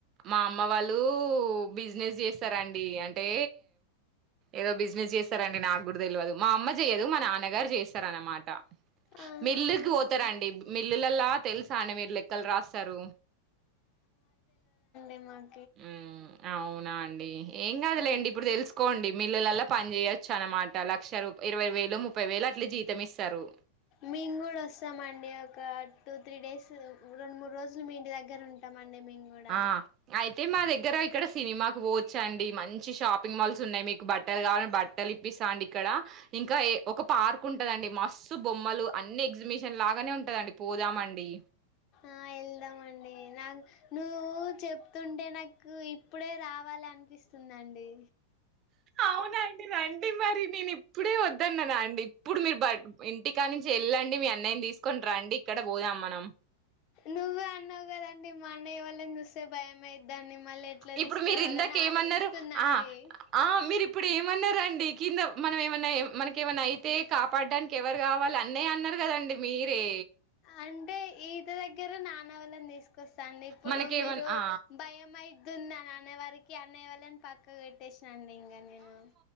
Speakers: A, on the right; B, on the left.
A: మా అమ్మ వాళ్ళు. బిజినెస్ చేస్తారండి అంటే. ఏదో బిజినెస్ చేస్తారండి నాకు. గుడువె తెలువదు మా అమ్మ చెయ్యదు మా నాన్నగారు చేస్తారనమాట.
B: ఆహా
A: మిల్లుకి
B: అవునండి
A: పోతారండి మిల్లులలా తెలుసా అండి మీరు లెక్కలు రాస్తారు.
B: ఏమో అండి.
A: ఉమ్ అవునా అండి ఏం కాదులేండి.
B: ఉమ్
A: ఇప్పుడు తెలుసుకోండి మిల్లులల పని చేయచ్చు అనమాట లక్ష రూప్. ఇరవై వేలో ముప్పై వేలొ అట్లా జీతం ఇస్తారు.
B: మేము కూడా వస్తామండి ఒక టూ త్రీ డేస్ రెండు మూడు రోజులు మీ ఇంటి దగ్గర ఉంట్. ఉంట్టామండి మేము కూడా.
A: ఆ అయితే మా దగ్గర ఇక్కడ సినిమాకి పోవచ్చ అండి. మంచి షాపింగ్ మాల్స్ ఉన్నాయి. మీకు బట్టలు కావాలంటే బట్టలు ఇప్పిస్తాండి. ఇక్కడ ఇంకా ఒక పార్క్ ఉంటదండి. మస్తు బొమ్మలు అన్ని ఎగ్జిబిషన్ లాగానే ఉంటదండి పోదాము అండి.
B: ఆహ్ వెళ్దామండి నాకు నువ్వు చెప్తుంటే నాకు ఇప్పుడే రావాలి అనిపిస్తుందండి.
A: అవునండి రండి మరి నేను ఇప్పుడే వద్దన్నానండి ఇప్పుడు మీరు బ ఇంటికాడి నుంచి వెళ్ళండి మీ అన్నయ్యని తీసుకొని రండి ఇక్కడ పోదాం మనం.
B: నువ్వే అన్నావు కదండి మా అన్నయ్య వాళ్లను చూస్తే భయం అయిత్. దాన్ని మళ్ళా ఎట్లా
A: ఇప్పుడు
B: తీసుకురావాలని
A: మీరు ఇందాక
B: ఆలోచిస్తున్నా
A: ఏమన్నారు ఆ
B: అండి.
A: ఆ మీరు ఇప్పుడు ఏమన్నారండి కింద మనం ఏమన్నా ఎం మనకు ఏమైన్నా అయితే కాపాడడానికి ఎవరు కావాలి అన్నే అన్నారు కదండి. మీరే
B: అంటే ఈత దగ్గరనా. మా అన్నను తీసుకు సరే అండి ఇప్పుడు
A: మనకేమన్నా
B: మీరు భయం అయి దున్న అని అనేవరికి అన్నయ్య వాళ్ళను పక్కన పెట్టేసిన. చంది ఇంగా నేను